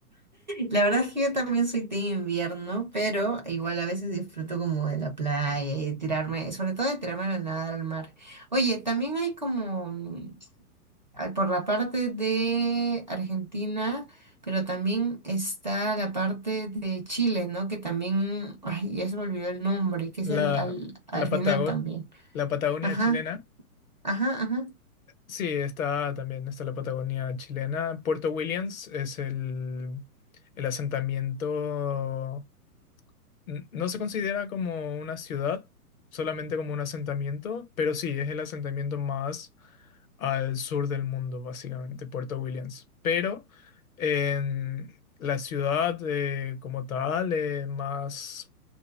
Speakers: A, on the right (about 35°); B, on the left (about 60°).
A: La verdad es que yo también soy team invierno, pero igual a veces disfruto como de la playa y de tirarme, sobre todo de tirarme a la nadar al mar. Oye, también hay como mm, ah, por la parte de Argentina, pero también está la parte de Chile, ¿no? Que también, ay, ya se me olvidó el nombre, que
B: La,
A: es el, al, al
B: la
A: final
B: Patago-
A: también.
B: la Patagonia
A: Ajá,
B: chilena.
A: ajá, ajá.
B: Sí, está también, está la Patagonia chilena. Puerto Williams es el, el asentamiento, n- no se considera como una ciudad, solamente como un asentamiento, pero sí, es el asentamiento más al sur del mundo, básicamente, Puerto Williams. Pero en la ciudad eh, como tal, eh, más